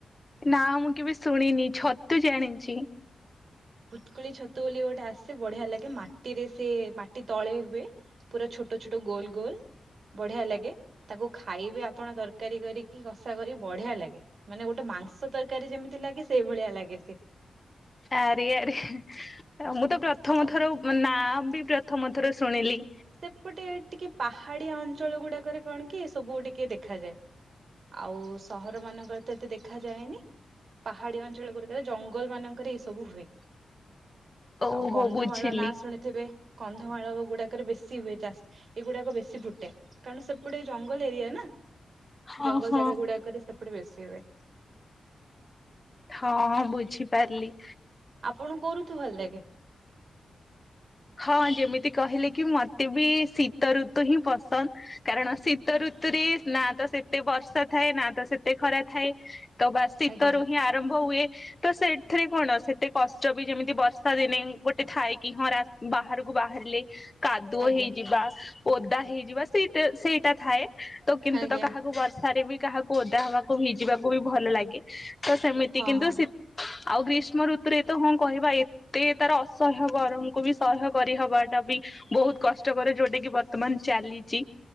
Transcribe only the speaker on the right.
ପୁତ୍କୁଳି ଛତୁ ବୋଲି ଗୋଟେ ଆସେ ବଢିଆ ଲାଗେ ମାଟିରେ ସେ ମାଟି ତଳେ ହୁଏ। ପୁରା ଛୋଟ ଛୋଟ ଗୋଲ ଗୋଲ। ବଢିଆ ଲାଗେ ତାକୁ ଖାଇବେ, ଆପଣ ତରକାରୀ କରିକି କଷା କରି ବଢିଆ ଲାଗେ। ମାନେ ଗୋଟେ ମାଂସ ତରକାରୀ ଯେମିତି ଲାଗେ ସେଇ ଭଳିଆ ଲାଗେ ସେ।
ଆଉ
ସେପଟେ ଟିକେ ପାହାଡିଆ ଅଞ୍ଚଳ ଗୁଡାକରେ କଣ କି ଏସବୁ ଟିକେ ଦେଖାଯାଏ। ଆଉ ସହର ମାନଙ୍କରେ ତ ଏତେ ଦେଖାଯାଏନି। ପାହାଡିଆ ଅଞ୍ଚଳ ଗୁଡିକରେ ଜଙ୍ଗଲ ମାନଙ୍କରେ ଏଇ ସବୁ ହୁଏ।
ଆଉ କନ୍ଧମାଳ
ନାଁ ଶୁଣିଥିବେ, କନ୍ଧମାଳ ଗୁଡାକରେ ବେଶୀ ହୁଏ ଚାଷ ଏଗୁଡାକ ବେଶୀ ଫୁଟେ, କାରଣ ସେପଟେ ଜଙ୍ଗଲ ଏରିଆ ନା।
ଜଙ୍ଗଲ
ଜାଗା ଗୁଡାକରେ ସେପଟେ ବେଶି ହୁଏ।
ଆପଣଙ୍କୁ କୋଉ ଋତୁ ଭଲ ଲାଗେ?
ଆଜ୍ଞା
ଆଜ୍ଞା
ଆଜ୍ଞା
ହଁ
ହଁ।